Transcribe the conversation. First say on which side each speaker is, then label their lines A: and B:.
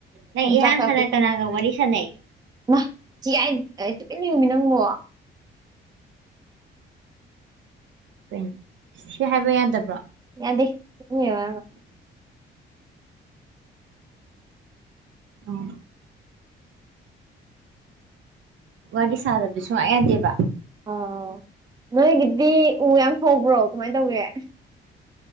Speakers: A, on the right; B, on the right.
A: ꯅꯪ
B: ꯑꯣꯝꯆꯥꯛ
A: ꯏꯍꯥꯟ
B: ꯆꯥꯛꯄꯤ
A: ꯍꯥꯟꯅ
B: ꯈꯪ
A: ꯀꯅꯥꯒ ꯋꯥꯔꯤ ꯁꯥꯟꯅꯩ
B: ꯃꯥ ꯆꯤꯌꯥꯏ ꯇꯨꯃꯤꯟꯅ ꯂꯩꯌꯣꯃꯤ ꯅꯪꯕꯣ
A: ꯀꯩꯅꯣ ꯁꯤ ꯍꯥꯏꯕ ꯌꯥꯗꯕ꯭ꯔꯣ
B: ꯌꯥꯗꯦ <unintelligible>
A: ꯑꯣ ꯋꯥꯔꯤ ꯁꯥꯗꯕꯗꯤ ꯁꯨꯡꯌꯥ ꯌꯥꯗꯦꯕ
B: ꯑꯣ ꯅꯣꯏꯒꯤꯗꯤ ꯎ ꯌꯥꯝ ꯍꯧꯕ꯭ꯔꯣ ꯀꯃꯥꯏ ꯇꯧꯒꯦ